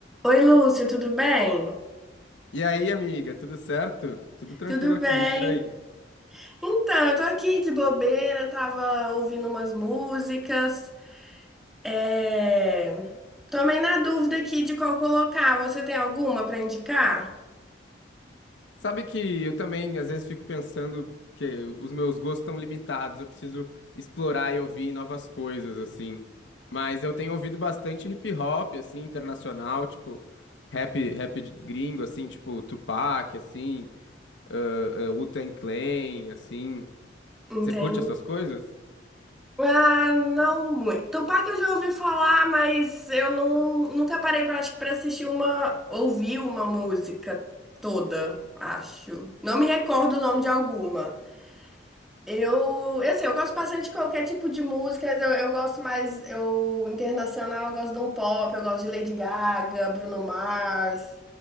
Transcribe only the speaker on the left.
E aí, amiga, tudo certo? Tudo tranquilo
aqui,
por aí.
Sabe que eu também às vezes fico pensando que os meus gostos estão limitados, eu preciso explorar e ouvir novas coisas, assim. Mas eu tenho ouvido bastante hip hop, assim, internacional, tipo rap, rap de- gringo, assim, tipo Tupac, assim, uh, uh, Wu-Tang Clan, assim.
Você curte essas coisas?